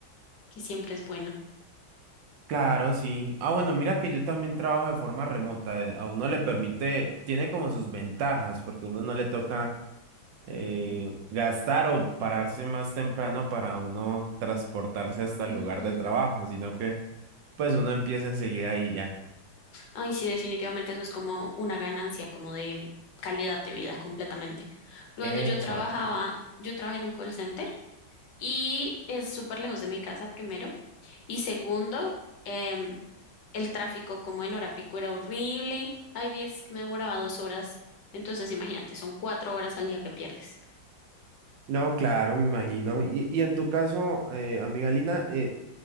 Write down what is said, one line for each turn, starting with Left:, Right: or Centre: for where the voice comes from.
Left: y siempre es bueno.
Right: Claro, sí. Ah, bueno, mira que yo también trabajo de forma remota. eh, A uno le permite, tiene como sus ventajas, porque a uno no le toca eh, gastar o pararse más temprano para uno transportarse hasta
Left: Ujú.
Right: el lugar de trabajo, sino que pues uno empieza enseguida y ya.
Left: Ay, sí, definitivamente eso es como una ganancia, como de calidad de vida completamente. Cuando
Right: Eh,
Left: yo
Right: Exacto.
Left: trabajaba, yo trabajé en un call center y es súper lejos de mi casa, primero. Y segundo, em, el tráfico como en hora pico era horrible. Hay veces que me demoraba dos horas. Entonces, imagínate, son cuatro horas al día que pierdes.
Right: No, claro, me imagino. Y, y en tu caso, eh, amiga Lina, eh,